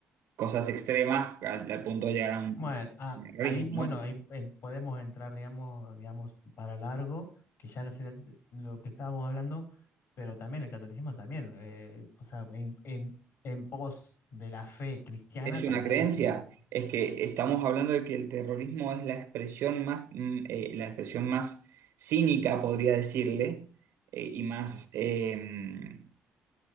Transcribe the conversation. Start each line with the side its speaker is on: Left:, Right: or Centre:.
Right: cosas extremas al, al punto de llegar a un
Left: Bueno, ah,
Right: terrorismo,
Left: ahí, bueno,
Right: ¿no?
Left: ahí eh, podemos entrar, digamos, digamos, para largo, que ya no sería el- lo que estábamos hablando, pero también el catolicismo también, eh, o sea, en, en, en pos de la fe cristiana
Right: Es
Left: también
Right: una creencia,
Left: hizo un montón.
Right: es que estamos hablando de que el terrorismo es la expresión más, mm, eh, la expresión más cínica, podría decirle, eh, y más,
Left: Sí.
Right: eh,